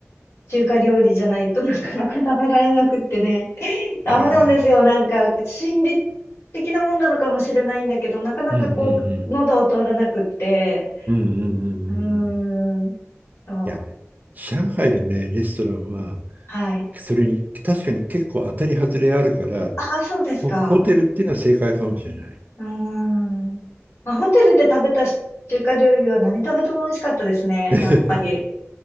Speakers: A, on the left; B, on the right.
A: 中華料理じゃないとなかなか食べられなくってね。<laughs> ダメなんですよ。
B: ああ、
A: なんか、心理的なもんなのかもしれないんだけど、なかなかこう、
B: うんうんうん。
A: 喉を通らなくって。
B: うんうんうんうんうん。
A: うー
B: い
A: ん。そう。
B: や、上海のね、レストランは、
A: はい。
B: それに確かに結構当たり外れあるから、
A: ああ、そうですか。
B: ホ、ホテルっていうのは正解かもしれない。
A: うーん。まあ、ホテルで食べたし中華料理は何食べても美味しかったですね。
B: <laughs>
A: やっぱり。